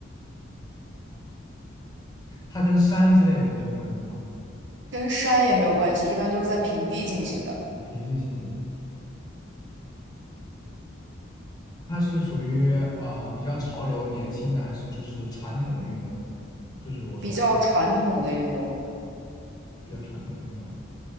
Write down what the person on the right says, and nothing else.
跟山也没有关系，一般都是在平地进行的，
比较传统的运动，